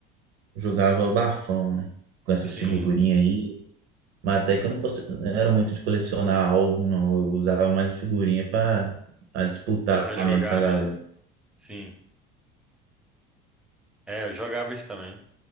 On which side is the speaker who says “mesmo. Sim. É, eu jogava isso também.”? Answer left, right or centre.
Centre